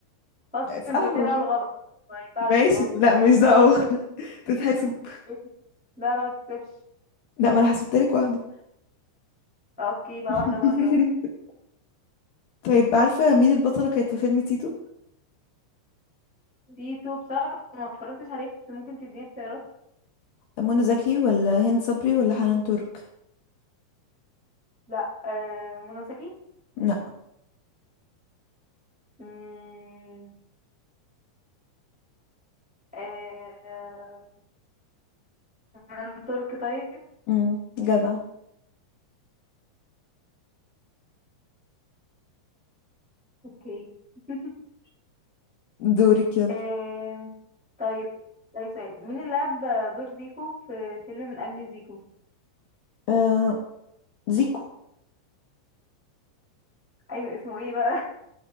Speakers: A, in the centre; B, on the left (about 70°).
A: خلاص
B: صح
A: انت
B: ولا؟
A: قلتيها الاول غلط ما ينفعش
B: ماشي
A: خلاص
B: لا مش دعوة <laughs> تتحسب
A: <laughs> لا لا ما تكسبش
B: لا ما انا حسبتلك واحدة
A: اوكي بقى
B: <laughs>
A: واحدة بواحدة
B: طيب عارفة مين البطلة كانت في فيلم تيتو
A: تيتو بصراحة ما اتفرجتش عليه بس ممكن تديني اختيارات
B: منى زكي ولا هند صبري ولا حنان ترك
A: لا آه، منى زكي
B: لا
A: مم، آه، هند ترك طيب
B: امم جدع
A: اوكي <laughs>
B: دورك يلا
A: آم، طيب طيب سؤال مين اللي لعب دور زيكو في فيلم من أجل زيكو
B: آه زيكو
A: ايوه اسمه ايه بقى